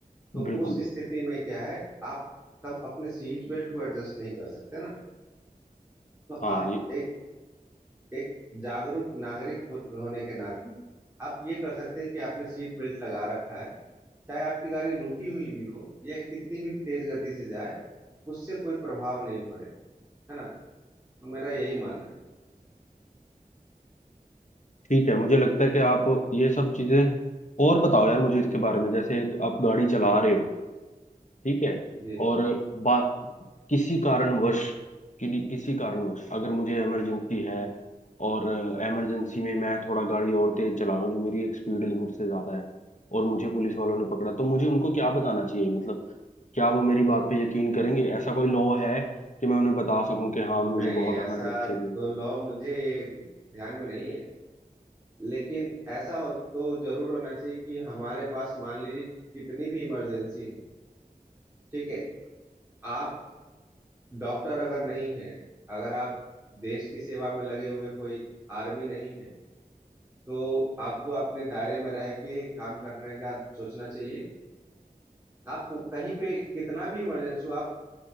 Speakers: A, on the right; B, on the left.
A: तो
B: बिल्कुल
A: उस स्थिति में क्या है आप तब अपने सीट बेल्ट को एडजस्ट नहीं कर सकते ना तो
B: हाँ
A: आप
B: ये
A: एक एक जागरूक नागरिक हो, होने के नाते आप ये कर सकते हैं कि आपने सीट बेल्ट लगा रखा है चाहे आपकी गाड़ी रुकी हुई भी हो या कितनी भी तेज गति से जाए उससे कोई प्रभाव नहीं पड़े है ना तो मेरा यही मानना है
B: ठीक है मुझे लगता है कि आप ये सब चीजें और बताओ यार मुझे इसके बारे में जैसे एक आप गाड़ी चला रहे हो ठीक है
A: जी
B: और बा किसी कारणवश किन्हीं- किसी कारणवश अगर मुझे इमरजेंसी है और इमरजेंसी में मैं थोड़ा गाड़ी और तेज चला रहा हूँ जो मेरी एक स्पीड लिमिट से ज्यादा है और मुझे पुलिस वालों ने पकड़ा तो मुझे उनको क्या बताना चाहिए मतलब क्या वो मेरी बात पे यकीन करेंगे ऐसा कोई लॉ है कि मैं उन्हें बता सकूं कि हाँ मुझे
A: नहीं
B: बहुत
A: ऐसा
B: इमरजेंसी
A: तो
B: थी
A: लॉ मुझे ध्यान में नहीं है लेकिन ऐसा हो- तो जरूर होना चाहिए कि हमारे पास मान लीजिए कितनी भी इमरजेंसी हो ठीक है आप डॉक्टर अगर नहीं है अगर आप देश की सेवा में लगे हुए कोई आर्मी नहीं है तो आपको अपने दायरे में रह के काम करने का सोचना चाहिए आप कहीं पे कितना भी इमरजेंसी हो आप